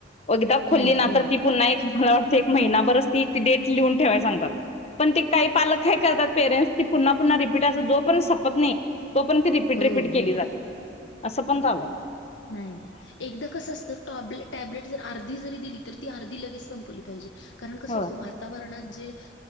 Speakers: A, on the left; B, on the left.
A: एकगदा
B: हम्म
A: खोल्ली ना
B: हम्म.
A: तर ती पुन्हा एक मला वाटतं एक महिनाभरच ती त डेट लिहून ठेवाय सांगतात. पण ती काही पालक काय करतात पेरेंट्स ती पुन. पुन्हा रिपीट अस जो पर् सपत नाही तो पर्य ती रिपीट
B: हो
A: रिपीट केली
B: हो
A: जाते असं पण चालंय.
B: नाही नाही एकदा कसं असत. टॅब टॅब्लेट जर अर्धी जरी दिली तर ती अर्धी लगेच संपवली पाहिजे कारण कसं
A: हो
B: असत वात. वातावरणात जे